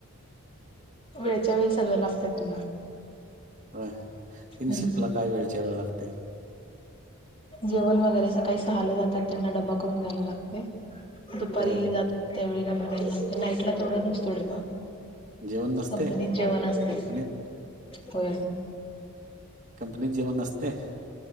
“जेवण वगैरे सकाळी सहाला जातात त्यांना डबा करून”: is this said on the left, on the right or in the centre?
Left